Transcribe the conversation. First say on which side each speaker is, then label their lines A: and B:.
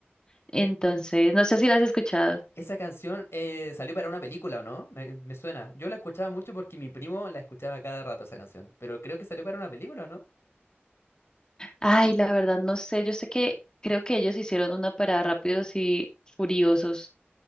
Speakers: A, on the left; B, on the left.
A: entonces, no sé si las has escuchado.
B: Esa canción eh, salió para una película, ¿o no? Me, me suena. Yo la escuchaba mucho porque mi primo la escuchaba cada rato esa canción, pero creo que salió para una película, ¿o no?
A: Ay, la verdad no sé, yo sé que creo que ellos hicieron una para Rápidos y Furiosos,